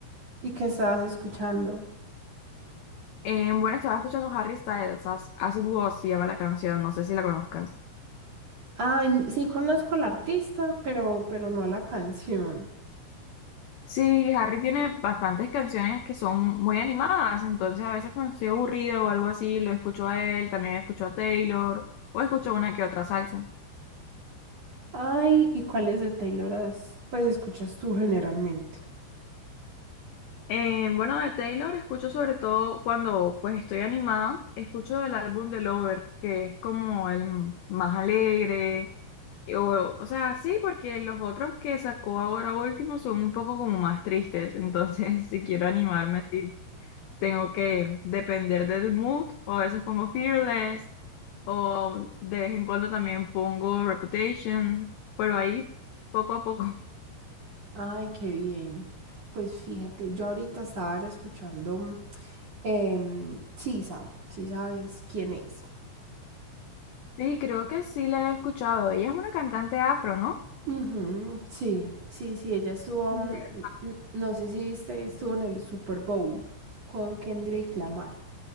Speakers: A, on the right; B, on the left.
A: ¿Y qué estabas escuchando?
B: Eh, bueno, estaba escuchando Harry Styles, As, As It Was se llama la canción, no sé si la conozcas.
A: Ay, sí conozco al artista, pero, pero no la canción.
B: Sí, Harry tiene bastantes canciones que son muy animadas, entonces a veces cuando estoy aburrida o algo así, lo escucho a él, también escucho a Taylor o escucho una que otra salsa.
A: Ay, ¿y cuáles de Taylor has- pues escuchas tú generalmente?
B: Eh, bueno, de Taylor escucho sobre todo cuando pues estoy animada, escucho del álbum de Lover, que es como el m- más alegre, y- o, o sea, sí, porque los otros que sacó ahora último son un poco como más tristes, entonces <laughs> si quiero animarme, sí, tengo que depender del mood, o a veces pongo Fearless, o de vez en cuando también pongo Reputation, pero ahí poco a poco.
A: Ay, qué bien. Pues fíjate, yo ahorita estaba escuchando em, Sisa, si sabes quién es.
B: Sí, creo que sí la he escuchado. Ella es una cantante afro, ¿no?
A: Ujú, Sí, sí, sí, ella estuvo,
B: Mira,
A: mm, n- no sé si viste, estuvo en el Super Bowl con Kendrick Lamar.